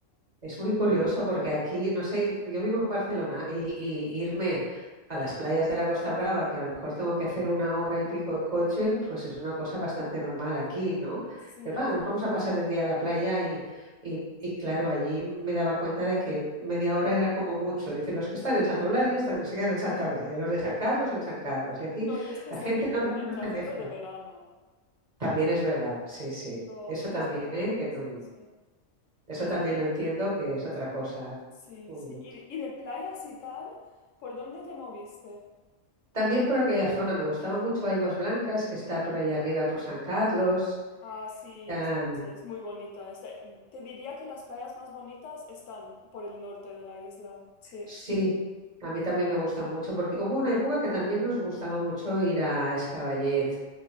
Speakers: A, on the right (about 35°); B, on the left (about 80°).
A: Es muy curioso porque aquí, no sé, yo vivo en Barcelona y, y irme a las playas de la Costa Brava, que a lo mejor tengo que hacer una hora y pico en coche, pues es una cosa bastante normal aquí, ¿no?
B: Sí,
A: Dices, "Va, nos vamos
B: <laughs>
A: a pasar el día a la playa y, y- y claro, allí me daba cuenta de que media hora era como mucho. Dicen, los que están en Santa Eulalia están, se quedan en Santa Eulalia, los de San Carlos en San Carlos.
B: sí.
A: Y aquí
B: no, y especialmente
A: la gente no, no
B: con
A: no
B: el tráfico
A: se mezcla.
B: de verano,
A: También es verdad, sí, sí.
B: esto,
A: Eso también,
B: esto también,
A: ¿eh? Que no-
B: sí, sí.
A: eso también lo entiendo, que es otra cosa.
B: Sí,
A: Mm.
B: sí. ¿Y de, y de playas y tal? ¿Por dónde te moviste?
A: También por aquella zona, me gustaba mucho Aguas Blancas, que está por ahí arriba, por San Carlos.
B: Ah, sí,
A: Ah,
B: sí, es muy bonita. Está- te diría que las playas más bonitas están por el norte de la isla. Sí.
A: sí, a mí también me gusta mucho, porque hubo una época que también nos gustaba mucho ir a Escaballet,